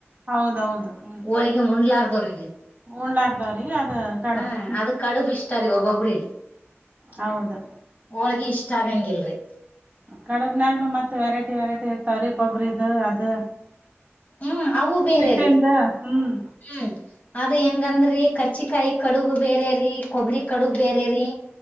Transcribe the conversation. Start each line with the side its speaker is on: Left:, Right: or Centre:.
Right: ಹೌದೌದು ಹ್ಮ್
Left: ಹೋಳಿಗೆ ಮುಂಡ್ಲಾರ್ದವ್ರ
Right: ಉಣ್ಲಾರ್ದವ್ರಿಗೆ ಅದ ಕಡುಬು
Left: ಹ
Right: ಹ್ಮ್
Left: ಅದ ಕಡುಬ ಇಷ್ಟ್ರೀ ಒಬ್ಬೊಬ್ರಿ
Right: ಹೌದು
Left: ಹೋಳಗ ಇಷ್ಟ ಆಗಂಗಿಲ್ಲ ರಿ
Right: ಕಡಗ್ನಾಗ್ನು ಮತ್ತ ವೆರೈಟಿ ವೆರೈಟಿ ಇರ್ತವ್ರೀ ಕೊಬ್ಬರಿ ಇಿದ ಅದು
Left: ಹ್ಮ್ ಅವು ಬೇರೆ
Right: ಹಿಟ್ಟಿಂದ
Left: ರೀ
Right: ಹ್ಮ್
Left: ಹ್ಮ್ ಅದು ಹಂಗಂದ್ರರಿ ಕರ್ಚಿಕಾಯಿ ಕಡುಬು ಬೇರೆ ರೀ ಕೊಬ್ಬರಿ ಕಡು ಬೇರೆ ರೀ